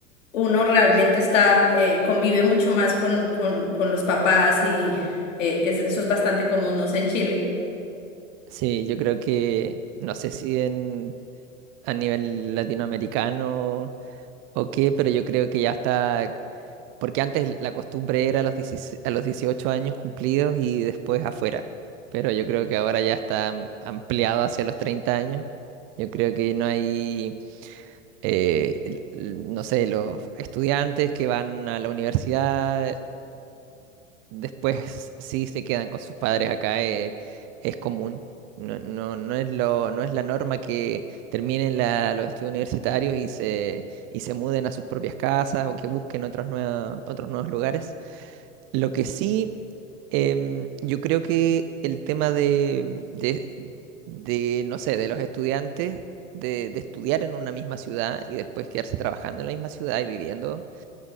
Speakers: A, on the left; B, on the right.
A: uno realmente está, eh, convive mucho más con, con, con los papás y eh, es- eso es bastante común, no sé, en Chile.
B: Sí, yo creo que, no sé si en, a nivel latinoamericano o qué, pero yo creo que ya está, porque antes la costumbre era a los 16 a los 18 años cumplidos y después afuera, pero yo creo que ahora ya está am- ampliado hacia los 30 años. Yo creo que no hay eh, el- el- no sé, los estudiantes que van a la universidad, después sí se quedan con sus padres acá, eh, es común. No, no, no es lo, no es la norma que terminen la- los estudios universitarios y se, y se muden a sus propias casas o que busquen otros nuevos, otros nuevos lugares. Lo que sí, em, yo creo que el tema de, de- de, no sé, de los estudiantes, de, de estudiar en una misma ciudad y después quedarse trabajando en la misma ciudad y viviendo,